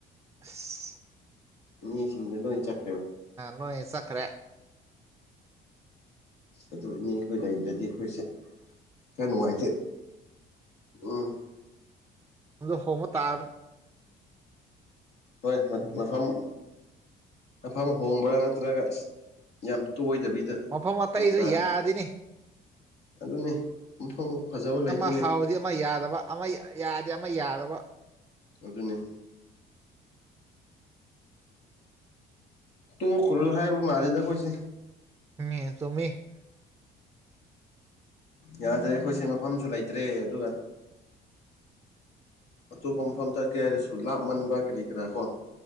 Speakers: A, on the right (about 15°); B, on the left (about 75°).
A: ꯑꯁ
B: ꯃꯤꯁꯤꯡꯗ ꯂꯣꯏ ꯆꯠ
A: ꯂꯣꯏ ꯆꯠꯈ꯭ꯔꯦ
B: ꯑꯗꯨ ꯏꯅꯦ ꯑꯩꯈꯣꯏ ꯂꯩꯗ꯭ꯔꯗꯤ ꯑꯩꯈꯣꯏꯁꯦ ꯈꯔ ꯅꯨꯡꯉꯥꯏꯇꯦ ꯎꯝ
A: ꯗ ꯍꯣꯡꯕ ꯇꯥꯔꯕ
B: ꯍꯣꯏ
A: ꯃꯤꯅꯤꯠ
B: ꯃꯐꯝ ꯃꯐꯝ ꯍꯣꯡꯕ꯭ꯔꯥ ꯅꯠꯇ꯭ꯔꯒ ꯌꯥꯝ ꯇꯣꯏꯗꯕꯤꯗ
A: ꯃꯐꯝ ꯑꯇꯩꯁꯨ
B: ꯇꯧ ꯇꯥꯔꯦ
A: ꯌꯥꯗꯤꯅꯤ
B: ꯑꯗꯨꯅꯤ ꯃꯐꯝ ꯐꯖꯕ
A: ꯑꯃ
B: ꯂꯩꯇꯦꯅꯦ
A: ꯍꯥꯎꯗꯤ ꯑꯃ ꯌꯥꯗꯕ ꯑꯃ ꯌꯥꯗꯦ ꯑꯃ ꯌꯥꯗꯕ
B: ꯑꯗꯨꯅꯤ ꯇꯣꯛ ꯈꯔꯨ ꯍꯥꯏꯕ ꯃꯥꯜꯂꯤꯦꯗ ꯃꯣꯏꯁꯦ
A: ꯎꯝ ꯆꯨꯝꯃꯤ
B: ꯌꯥꯗ꯭ꯔꯦ ꯑꯩꯈꯣꯏꯁꯦ ꯃꯐꯝꯁꯨ ꯂꯩꯇ꯭ꯔꯦ ꯑꯗꯨꯒ ꯑꯇꯣꯞꯄ ꯃꯐꯝ ꯆꯠꯀꯦ ꯍꯥꯏꯔꯁꯨ ꯂꯥꯞꯃꯟꯕ ꯀꯔꯤ ꯀꯔꯥ ꯀꯣ